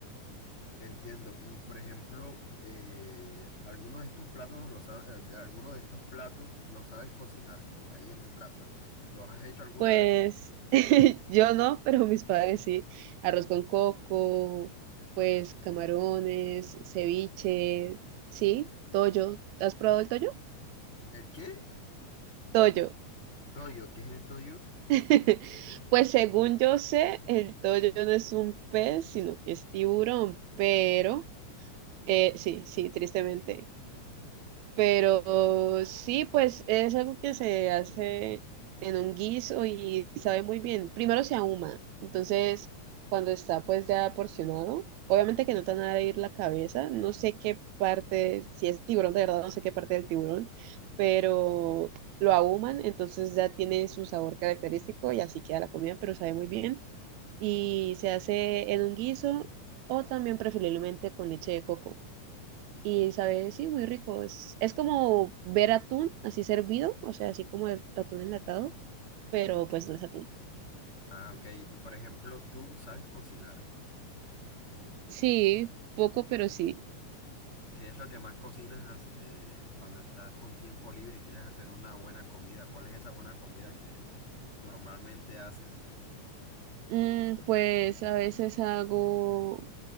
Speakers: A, on the left; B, on the right.
A: Entiendo. Y por ejemplo, eh, algunos de estos platos los sabes, algunos de estos platos los sabes cocinar ahí en tu casa. ¿Los has hecho alguna
B: pues
A: vez?
B: <laughs> yo no, pero mis padres sí. Arroz con coco, pues camarones, ceviche, sí, toyo. ¿Has probado el toyo?
A: ¿El qué?
B: Toyo.
A: Toyo, ¿qué es el toyo?
B: <laughs> Pues según yo sé, el toyo no es un pez, sino que es tiburón, pero eh, sí, sí, tristemente. Pero sí, pues es algo que se hace en un guiso y sabe muy bien. Primero se ahuma, entonces cuando está pues ya porcionado, obviamente que no te van a ir la cabeza, no sé qué parte, si es tiburón de verdad, no sé qué parte del tiburón, pero lo ahuman, entonces ya tiene su sabor característico y así queda la comida, pero sabe muy bien. Y se hace en un guiso o también preferiblemente con leche de coco. Y sabe, sí, muy rico. Es, es como ver atún así servido, o sea, así como el atún enlatado, pero pues no es atún.
A: Ah, ok. Y por ejemplo, tú sabes cocinar.
B: Sí, poco, pero sí.
A: ¿Qué es lo que más cocinas eh, cuando estás con tiempo libre y quieres hacer una buena comida? ¿Cuál es esa buena comida que normalmente haces?
B: Mm, pues a veces hago